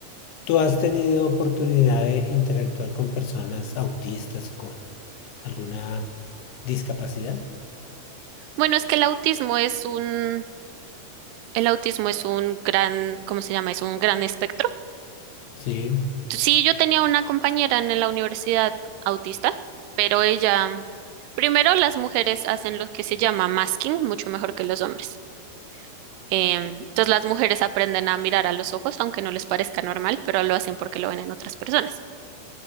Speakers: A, on the left (about 80°); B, on the right (about 90°).
A: ¿Tú has tenido oportunidad de interactuar con personas autistas o con alguna discapacidad?
B: Bueno, es que el autismo es un, el autismo es un gran, ¿cómo se llama? Es un gran espectro.
A: Sí,
B: Sí, yo tenía una compañera en la universidad autista, pero ella, primero las mujeres hacen lo que se llama masking mucho mejor que los hombres. Em, entonces las mujeres aprenden a mirar a los ojos, aunque no les parezca normal, pero lo hacen porque lo ven en otras personas.